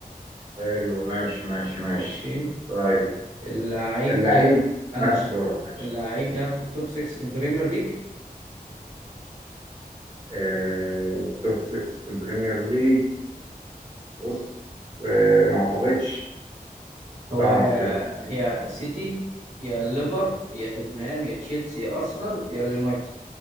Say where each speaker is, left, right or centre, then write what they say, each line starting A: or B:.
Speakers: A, on the right; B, on the right.
A: حلو ماشي ماشي ماشي
B: ماشي
A: طيب
B: اللعيب
A: اللعيب
B: ده انا
A: ماشي
B: هسأل
A: دورك ماشي
B: اللعيب ده في التوب 6 في البريمير ليج
A: آه، توب 6 في البريمير ليج بص آه، ما اعتقدش
B: هو
A: لا ما
B: يا
A: اعتقدش
B: يا سيتي يا ليفر يا توتنهام يا تشيلسي يا ارسنال يا اليونايتد